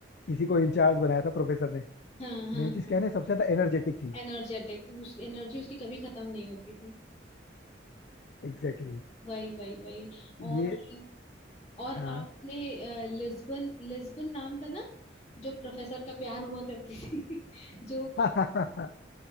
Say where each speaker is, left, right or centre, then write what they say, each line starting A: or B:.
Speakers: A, on the left; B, on the left.
A: इसी को इंचार्ज बनाया था प्रोफेसर ने
B: हाँ हाँ
A: मेन चीज
B: हाँ
A: क्या है ना सबसे ज्यादा एनर्जेटिक थी
B: एनर्जेटिक उस एनर्जी उसकी कभी खत्म नहीं होती थी
A: Exactly exactly.
B: वही वही वही और
A: ये
B: और
A: हाँ
B: आपने अ, लिस्बन लिस्बन नाम था ना जो प्रोफेसर का प्यार हुआ करती थी <laughs> जो
A: <laughs> हाँ हाँ